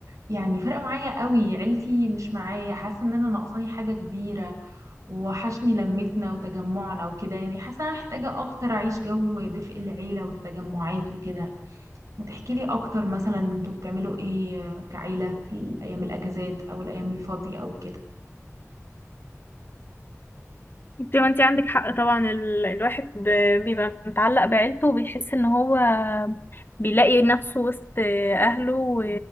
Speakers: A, on the right; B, on the left.
A: يعني فرق معايا قوي عيلتي مش معايا حاسه ان انا ناقصاني حاجه كبيره ووحشني لمتنا وتجمعنا وكده يعني حاسة أنا محتاجة أكتر أعيش جو دفء العيلة والتجمعات وكده ما تحكيلي أكتر مثلا أنتوا بتعملوا إيه كعيلة في الأيام الأجازات أو الأيام الفاضية أو كده
B: انت ما انت عندك حق طبعا ال... الواحد ب... بيبقى متعلق بعيلته وبيحس ان هو بيلاقي نفسه وسط اهله و...